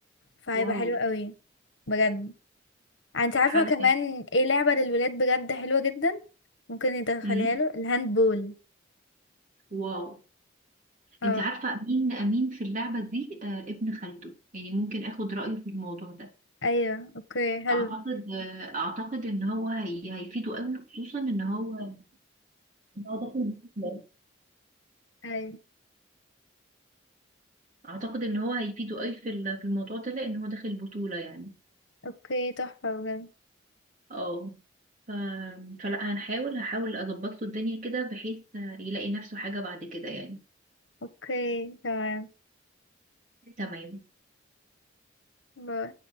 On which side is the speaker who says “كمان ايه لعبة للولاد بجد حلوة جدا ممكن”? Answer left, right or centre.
Left